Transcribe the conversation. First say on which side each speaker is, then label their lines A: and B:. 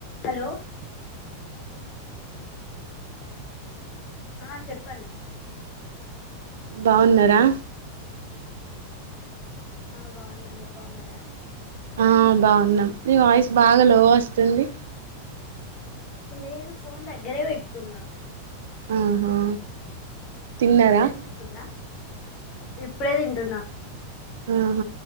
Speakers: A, on the left; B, on the right.
A: Hello ఆ చెప్పండి
B: బాగున్నరా
A: బాగున్నా మీరు బాగున్నారా
B: ఆ బాగున్నాం నీ వాయిస్ బాగా లో వస్తుంది
A: లేదు ఫోన్ దగ్గరే పెట్టుకున్నా
B: ఆహా తిన్నారా
A: ఇప్పుడు ఇనిపిస్తుందా ఇప్పుడే తింటున్న
B: ఆహ